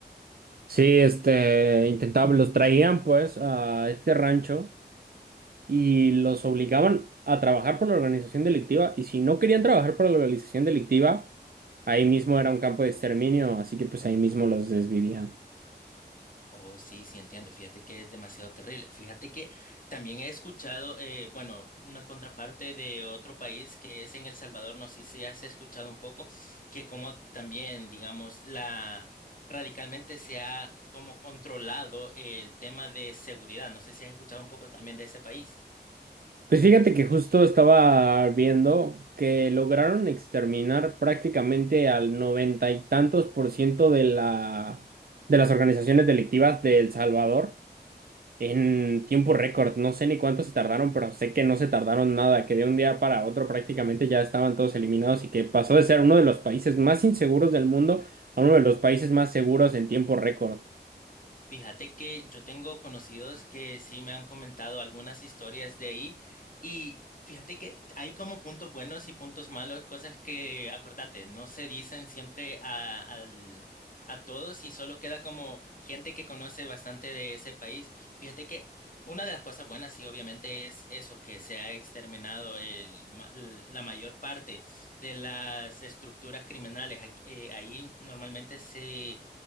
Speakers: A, on the right; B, on the left.
A: Sí, este, intentaban, los traían pues a este rancho y los obligaban a trabajar por la organización delictiva y si no querían trabajar por la organización delictiva, ahí mismo era un campo de exterminio, así que pues ahí mismo los desvivían.
B: Oh, sí, sí, entiendo. Fíjate que es demasiado terrible. Fíjate que también he escuchado, eh, bueno, una contraparte de otro país que es en El Salvador, no sé si has escuchado un poco, que como también, digamos, la radicalmente se ha como controlado el tema de seguridad. No sé si has escuchado un poco también de ese país.
A: Pues fíjate que justo estaba viendo que lograron exterminar prácticamente al noventa y tantos por ciento de la, de las organizaciones delictivas de El Salvador. En tiempo récord, no sé ni cuánto se tardaron, pero sé que no se tardaron nada, que de un día para otro prácticamente ya estaban todos eliminados y que pasó de ser uno de los países más inseguros del mundo a uno de los países más seguros en tiempo récord.
B: Fíjate que yo tengo conocidos que sí me han comentado algunas historias de ahí y fíjate que hay como puntos buenos y puntos malos, cosas que, acordate, no se dicen siempre a, al- a todos y solo queda como gente que conoce bastante de ese país. Fíjate que una de las cosas buenas sí obviamente es eso, que se ha exterminado el ma- la mayor parte de las estructuras criminales. Ac- eh, ahí normalmente se